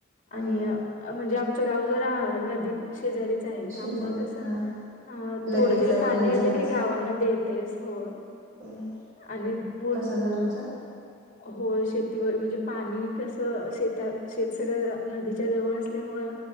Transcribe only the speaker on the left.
आणि म्हणजे आमचं गाव जरा, नदी शेजारीच आहे
त्यामुळं कसं.
हा
थोडं जरी पाणी
आलं की, गावामध्ये येतेस होय.
आणि पूल,
हो शेती व म्हणजे पाणी कसं, शेतात शेत सगळं नदीच्या जवळ असल्यामुळं.